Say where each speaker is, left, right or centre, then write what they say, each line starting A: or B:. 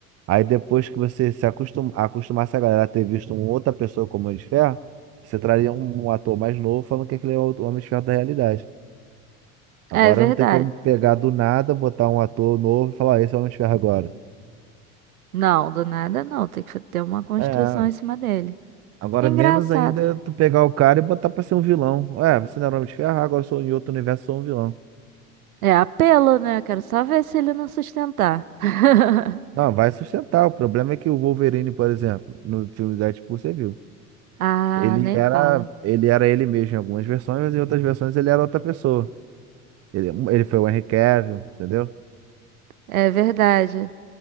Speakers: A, on the right; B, on the right.
A: Aí depois que você se acostum... acostumasse a galera a ter visto uma outra pessoa como Homem de Ferro, você traria um, um ator mais novo falando que aquele é o Homem de Ferro da realidade. Agora
B: É verdade.
A: não tem como pegar do nada, botar um ator novo e falar, "Ah, esse é o Homem-Ferro agora.
B: Não, do nada não. Tem que ter uma construção
A: É,
B: em cima dele.
A: agora
B: Engraçado.
A: menos ainda tu pegar o cara e botar pra ser um vilão. Ué, você não era o Homem-Ferro, agora eu sou em outro universo, sou um vilão.
B: É apelo, né? Quero só ver se ele não sustentar. <laughs>
A: Não, vai sustentar. O problema é que o Wolverine, por exemplo, no filme Deadpool, você viu.
B: Ah,
A: Ele
B: nem
A: era,
B: fala.
A: ele era ele mesmo em algumas versões, mas em outras versões ele era outra pessoa. Ele, ele foi o Henry Cavill, entendeu?
B: É verdade.